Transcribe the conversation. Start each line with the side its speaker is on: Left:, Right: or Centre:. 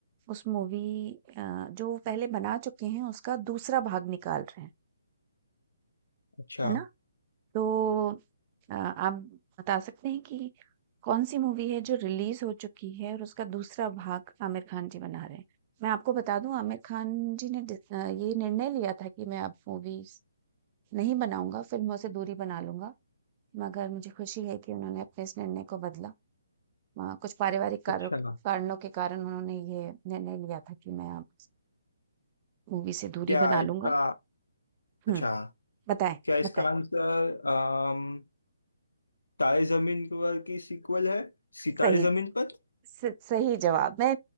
Right: उस मूवी अ, जो वो पहले बना चुके हैं उसका दूसरा भाग निकाल रहे हैं,
Left: अच्छा
Right: है ना? तो अ, आप बता सकते हैं कि कौन-सी मूवी है जो रिलीज़ हो चुकी है और उसका दूसरा भाग आमिर खान जी बना रहे हैं? मैं आपको बता दूँ आमिर खान जी ने डिस अ, ये निर्णय लिया था कि मैं अब मूवीज़ नहीं बनाऊँगा, फ़िल्मों से दूरी बना लूँगा। मगर मुझे खुशी है कि उन्होंने अपने इस निर्णय को बदला। अ, कुछ पारिवारिक कारों
Left: अच्छा
Right: कारणों के कारण उन्होंने ये निर्णय लिया था कि मैं अब मूवी से दूरी
Left: क्या
Right: बना
Left: इसका
Right: लूंगा हम्म
Left: अच्छा
Right: बताएं
Left: क्या इसका
Right: बताएं
Left: आंसर अम, तारे जमीन पर की सीक्वल है सितारे
Right: सही
Left: जमीन पर
Right: स- सही जवाब मैं